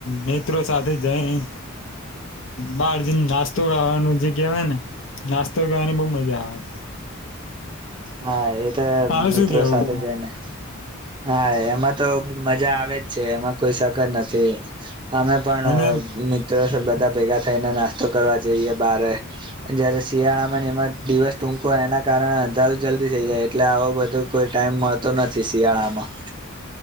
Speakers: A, on the left (about 65°); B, on the right (about 25°).
A: મિત્રો સાથે જઈ બાર જને નાસ્તો ગાવાનું જે કહેવાય, ને નાસ્તો ગાવાની બહ મજા આવે.
B: હા એ
A: તારું
B: મિત્રો
A: શું કેવું
B: સાથે જઈને, હા, એમાં તો મજા આવે જ છે, એમાં કોઈ સકત નથી. અમે પણ
A: અને
B: મિત્રો બધા ભેગા થઈને નાસ્તો કરવા જઈએ બારે જયારે શિયાળામાં એમાં દિવસ ટૂકો એના કારણે અંધારૂ જલ્દી થઈ જાય, એટલે આવો બધો કોઈ ટાઈમ મળતો નથી શિયાળામાં